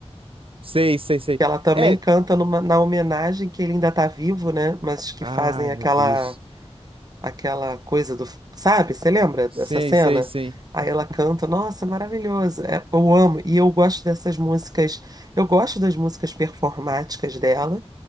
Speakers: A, on the right; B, on the right.
A: Sei, sei, sei.
B: que ela também
A: É.
B: canta numa- na homenagem que ele ainda tá vivo, né? Mas que
A: Ai,
B: fazem aquela
A: meu Deus.
B: aquela coisa do, sabe? Você lembra dessa
A: Sei,
B: cena?
A: sei, sei.
B: Aí ela canta, nossa, maravilhoso. É, eu amo e eu gosto dessas músicas. Eu gosto das músicas performáticas dela,